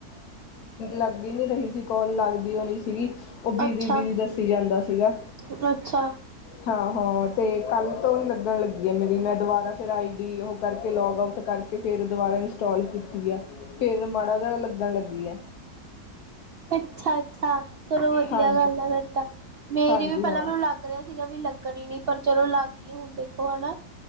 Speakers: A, on the left; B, on the right.
A: ਲੱਗ ਹੀ ਨਹੀ ਰਹੀ ਸੀ ਕੋਲ ਲੱਗਦੀ ਉਹ ਨੀ ਸੀਗੀ, ਉਹ ਬਿਜੀ-
B: ਅੱਛਾ।
A: ਬਿਜੀ ਦੱਸੀ ਜਾਂਦਾ ਸੀਗਾ।
B: ਅੱਛਾ
A: ਹਾਂ-ਹਾਂ, 'ਤੇ ਕੱਲ ਤੋਂ ਹੀ ਲੱਗਣ ਲੱਗੀ ਆ, ਮੇਰੀ ਮੈਂ ਦੁਬਾਰਾ ਫਿਰ ਆਈਡੀ ਉਹ ਕਰਕੇ, ਲੋੌਗ ਆਊਟ ਕਰਕੇ ਤੇ ਫਿਰ ਦੁਬਾਰਾ ਇੰਸਟੋਲ ਕੀਤੀ ਆ, ਫਿਰ ਮਾੜਾ ਜਿਹਾ ਲੱਗਣ ਲੱਗੀ ਹੈ।
B: ਅੱਛਾ-ਅੱਛਾ, ਚਲੋ ਵਧੀਆ
A: ਹਾਂਜੀ
B: ਗੱਲ ਆ ਫਿਰ ਤਾਂ, ਮੇਰੀ
A: ਹਾਂਜੀ
B: ਵੀ ਪਹਿਲਾਂ
A: ਹਾਂ
B: ਮੈਨੂੰ ਲੱਗ ਲੱਗ ਰਿਹਾ ਸੀਗਾ ਵੀ ਲੱਗਣ ਹੀ ਨਹੀਂ, ਪਰ ਚਲੋ ਲੱਗ ਗਈ ਹੁਣ ਦੇਖੋ ਹਨਾ।